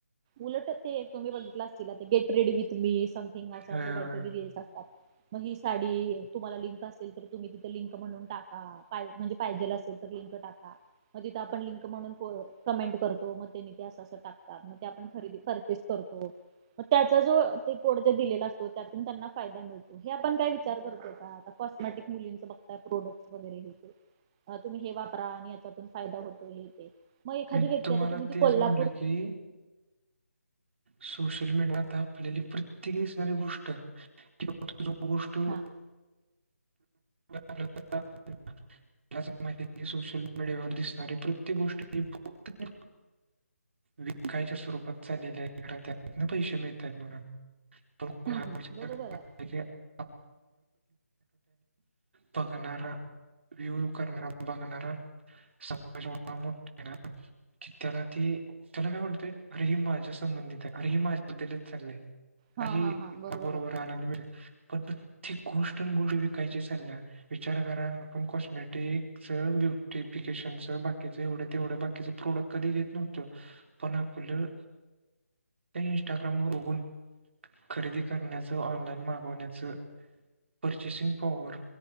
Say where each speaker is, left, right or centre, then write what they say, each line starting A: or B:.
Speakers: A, on the right; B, on the right.
A: उलट ते तुम्ही बघितलं अस तिला ते get ready with me something असं
B: होय
A: असग
B: होय
A: काहीतरी रिल्स असतात. मग ही साडी तुम्हाला लिंक असेल तर तुम्ही तिथं लिंक म्हणून टाका म्हणजे पाहिजेल असेल लिंक टाका मग तीथ आपण लिंक म्हणून कमेंट करतो मग ते असं असं टाकतात मग ते आपण खरेदी परचेस करतो. त्याचा जो ते कोड ज दिलेला असतो त्यातून त्यांना फायदा मिळतो हे आपण काय विचार करतो का. कॉस्मॅटिक मुलींचं बघताय प्रोडक्ट् वगैरे हे ते तुम्ही हे वापरा आणि याच्यातून फायदा होतो हे ते मग एखादी
B: मी
A: व्यक्ती
B: तुम्हाला
A: आता तुम्ही ती
B: तेच
A: कोल्हापूर
B: म्हणलं की सोशल मीडिया आपल्याली प्रत्येक दिसणारी गोष्ट <unintelligible> गोष्ट <unintelligible>
A: हा
B: मला माहिती की सोशल मीडियावर दिसणारी प्रत्येक गोष्टी फक्त विकायच्या आहे कारण त्यातन पैसे मिळत आहेत म्हणून पण कोण
A: हम्
B: हा
A: हम्
B: विचार
A: बरोबर
B: करत
A: आहे.
B: <unintelligible> बघणारा व्ह्यू करणार बघणारा <unintelligible> की त्याला ते त्याला काय वाटतंय हर माझ्या संबंधित आहे हे माझ्याबद्दलच चाललंय.
A: हा
B: <unintelligible>
A: हा हा बरोबर आहे
B: विचार करा आपण कॉस्मेटिक ब्युटिफिकेशन च तेवढं बाकीच प्रोडक्ट कधी घेत नव्हतं. पणाकुलं त्या इन्स्टाग्राम वर बघून खरेदी करण्याचं ऑनलाइन मागवण्याचं परचेसिंग पॉवर